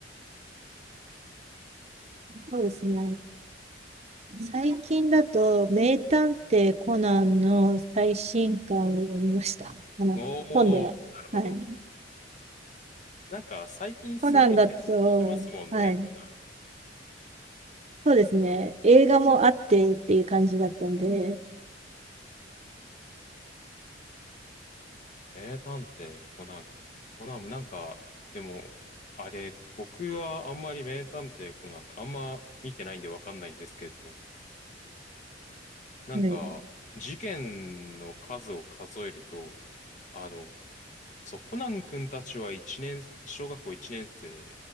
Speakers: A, on the right; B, on the left.
A: そうですね。最近だと、名探偵コナンの最新刊を読みました。あの、
B: おおー、
A: 本では。
B: なるほど。
A: はい。
B: なんか、最近すごい宣伝してますもんね、
A: コナンだと、はい。
B: コナン。
A: そうですね。映画もあってっていう感じだったんで、
B: 名探偵コナン。コナン、なんか、でも、あれ、僕はあんまり名探偵コナン、あんま見てないんでわかんないんですけれども。なんか、
A: はい。
B: 事件の数を数えると、あの、そう、コナン君たちは一年、小学校1年生